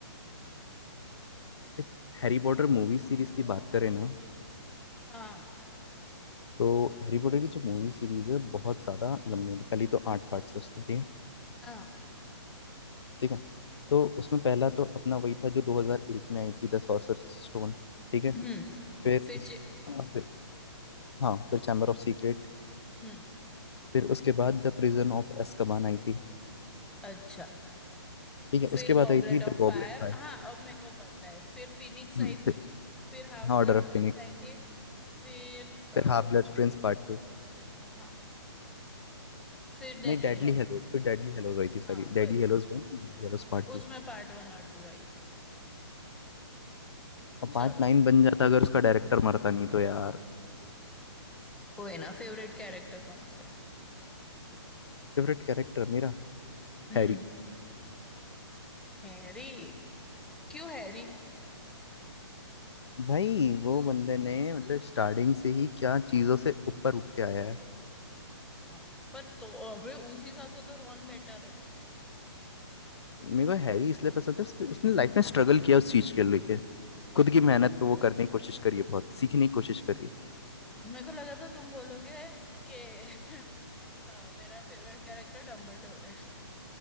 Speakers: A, on the left; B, in the centre.
A: देख हैरी पॉटर मूवी सीरीज की बात करें ना
B: हाँ
A: तो हैरी पॉटर की जो मूवी सीरीज है बहुत ज़्यादा लंबी मतलब पहली तो आठ पार्ट्स है उसके ठीक है
B: हाँ
A: ठीक है तो उसमें पहला तो अपना वही था जो 2001 में आई थी द सोर्सरर्स स्टोन ठीक है
B: हम्म
A: फिर
B: फिर
A: उसके
B: चे-
A: हाँ, फिर हाँ फिर चैम्बर ऑफ सीक्रेट
B: हम्म
A: फिर उसके बाद द प्रिजन ऑफ एस्कबान आई थी
B: अच्छा
A: ठीक है
B: फिर
A: उसके बाद
B: गॉबलेट
A: आई थी
B: ऑफ
A: द गॉब्लिन
B: फायर
A: फाइल
B: हाँ अब मेरे को पता है फिर फिनिक्स
A: हम्म,
B: आई थी
A: फिर-
B: फिर हाफ
A: हाँ ऑर्डर
B: ब्लड
A: ऑफ
B: प्रिंस
A: फिनिक्स
B: आई थी फिर आ,
A: फिर हाफ ब्लड प्रिंस पार्ट टू
B: हाँ फिर डेथली
A: नहीं डेडली
B: हॉल
A: हेलोज फिर डेडली हेलोज आई थी sorry
B: हाँ वही
A: deadly halos वन deadly hallows part टू
B: उसमें पार्ट वन और टू आई थी
A: और
B: चलो
A: पार्ट नाइन बन जाता अगर उसका डायरेक्टर मरता नहीं तो यार
B: कोई ना फेवरेट कैरेक्टर कौन सा है
A: फेवरेट कैरेक्टर मेरा
B: हम्म
A: हैरी
B: हैरी क्यों हैरी
A: भाई वो बंदे ने मतलब स्टार्टिंग से ही क्या चीज़ों से ऊपर उठ के आया है
B: हाँ, वो- पर तो अबे उस हिसाब से तो रॉन बेटर है
A: मेरे को हैरी इसलिए पसंद है उसके उसने लाइफ में स्ट्रगल किया उस चीज के लेके खुद की मेहनत
B: हम्म
A: पे वो करने की कोशिश करी है बहुत सीखने की कोशिश करी है
B: मेरे को लगा था तुम बोलोगे कि <laughs> अ, मेरा फेवरेट कैरेक्टर डम्बलडोर है